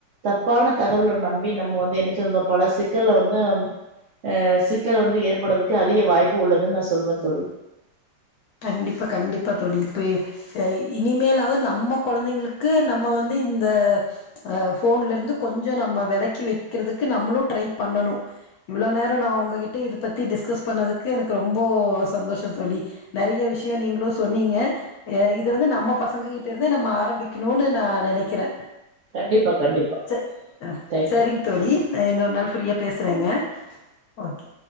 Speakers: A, on the right; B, on the left.
A: தப்பான தகவல்ல நம்பி நம்ம வந்து என்ன சொன்னந்தோ பல சிக்கல்ல வந்து ஆ சிக்கல் வந்து ஏற்படுறக்கு அதிக வாய்ப்பு உள்ளதுன்னு நா சொல்லுவே தோழி
B: கண்டிப்பா கண்டிப்பா தோழி இப்பயே செரி இனிமேலாவது நம்ம கொழந்தைங்களுக்கு நம்ம வந்து இந்த அ ஃபோன்ல இருந்து கொஞ்சோ நம்ம வெளக்கி வெக்கிறதுக்கு நம்மளு ட்ரை பண்ணணோ இவ்வளோ நேரோ நா உங்ககிட்ட இத பத்தி டிஸ்கஸ் பண்ணதுக்கு எனக்கு ரொம்போ சந்தோஷோ தோழி நறைய விஷ்யோ நீங்களு சொன்னீங்க இது வந்து நம்ம பசங்க கிட்ட இருந்தே நம்ம ஆரம்பிக்கணோனு நா நெனைக்கிறே
A: கண்டிப்பா கண்டிப்பா
B: ச அ
A: தேங்க்யூ
B: சரிங் தோழி நா இன்னோரு நாள் ஃப்ரீயா பேசுறேங்க ஓகே